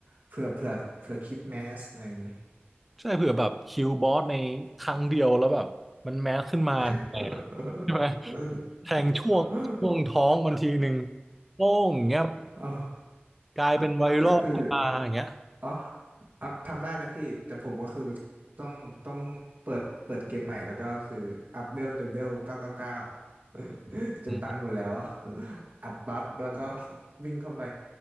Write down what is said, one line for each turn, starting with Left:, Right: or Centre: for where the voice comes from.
Right: เผื่อเผื่อเผื่อคลิปแมสอะไรอย่างงี้
Centre: ใช่เผื่อแบบคิวบอสในครั้งเดียวแล้วแบบมันแมสขึ้นมาทำไงอะใช่ไหม
Right: <laughs>
Centre: แทงช่วงช่วงท้องบางทีหนึ่งโป้งอย่างเงี้ย
Right: อ๋อ
Centre: กลายเป็นไวรัลขึ้นมาอย่างเงี้ย
Right: ก็คืออ๋ออ่ะทำได้นะพี่ แต่ผมก็คือต้องต้องเปิดเปิดเกมใหม่ แล้วก็คืออัพเวลจนเวลเก้าเก้าเก้า <laughs> จนตันหมดแล้ว
Centre: อื
Right: อัดบัฟแล้วก็วิ่งเข้าไป